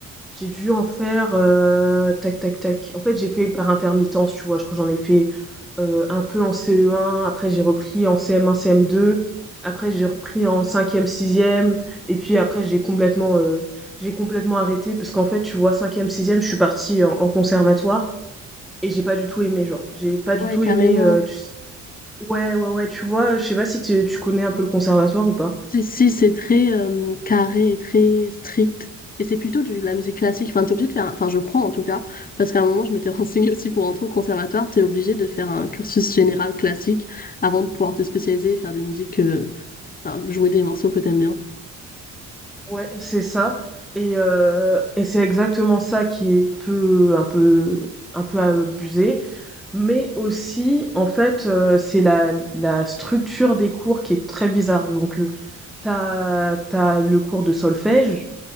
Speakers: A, in the centre; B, on the left.
A: J'ai dû en faire, heu, tac tac tac. En fait, j'ai fait par intermittence, tu vois? Je crois que j'en ai fait, heu, un peu en CE1, après j'ai repris en CM1, CM2, après j'ai repris en cinquième, sixième. et puis après j'ai complètement, heu, j'ai complètement arrêté parce qu'en fait, tu vois, cinquième, sixième, je suis partie en en conservatoire et j'ai pas du tout aimé, genre. J'ai pas
B: Ah ouais,
A: du tout
B: carrément.
A: aimé, heu, tu ouais, ouais, ouais, tu vois? Je sais pas si tu tu connais un peu le conservatoire ou pas?
B: Si, si, c'est très euh, carré et très strict. Et c'est plutôt du- de la musique classique. Enfin, t'es obligé de faire, un- enfin, je crois en tout cas, parce qu'à un moment, je m'étais <laughs> renseignée aussi pour entrer au conservatoire, t'es obligé de faire un cursus général classique avant de pouvoir te spécialiser et faire des musiques, euh, enfin, jouer des morceaux que t'aimes bien.
A: Ouais, c'est ça et heu et c'est exactement ça qui est un peu un peu un peu abusé, mais aussi, en fait, heu, c'est la la structure des cours qui est très bizarre. Donc, heu, t'as as le cours de solfège,